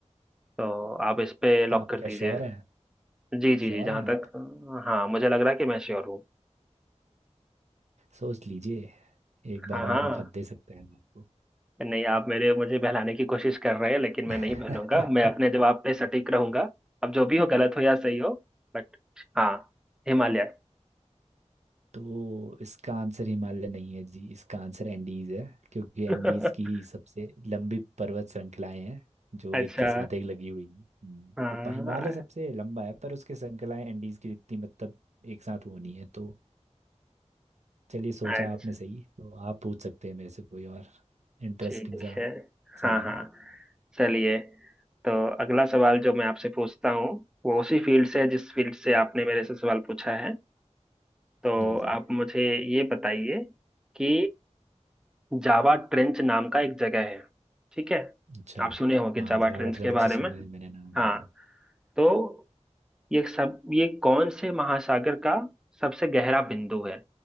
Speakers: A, in the centre; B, on the right.
A: तो आप इस पे लॉक
B: आप
A: कर
B: क्या
A: दीजिए
B: श्योर हैं
A: जी जी
B: श्योर
A: जी जहाँ
B: हैं आप
A: तक हाँ मुझे लग रहा है कि मैं श्योर हूँ
B: सोच लीजिए एक बार
A: हाँ हाँ
B: और मौका दे सकते हैं हम
A: नहीं आप मेरे मुझे बहलाने की कोशिश कर रहे हैं लेकिन मैं
B: आपको
A: नहीं बहलूंगा
B: <laughs>
A: मैं अपने जवाब पे सटीक रहूंगा अब जो भी हो गलत हो या सही हो बट हाँ हिमालय
B: तो इसका आंसर हिमालय नहीं है जी इसका आंसर एंडीज है क्योंकि एंडीज
A: <laughs>
B: की ही सबसे लंबी पर्वत श्रृंखलाएं हैं जो
A: अच्छा
B: एक के साथ एक लगी हुई हैं हम्म,
A: हाँ
B: तो प- हिमालय सबसे लंबा है पर उसके श्रृंखलाएं एंडीज की इतनी मतलब एक साथ वो नहीं है तो चलिए सोचा
A: अच्छा
B: आपने सही तो आप पूछ सकते हैं मेरे से कोई और इंटरेस्टिंग
A: ठीक
B: सा
A: है हाँ
B: सवाल
A: हाँ चलिए तो अगला सवाल जो मैं आपसे पूछता हूँ वो उसी फील्ड से है जिस फील्ड से आपने मेरे से सवाल पूछा है तो
B: जी जी
A: आप मुझे ये बताइए कि जावा ट्रेंच नाम का एक जगह है ठीक है
B: अच्छा
A: आप सुने होंगे
B: हाँ
A: जावा
B: जावा
A: ट्रेंच
B: ट्रेंच
A: के बारे
B: सुना
A: में
B: है मैंने नाम
A: हाँ
B: हाँ
A: तो ये सब ये कौन से महासागर का सबसे गहरा बिंदु है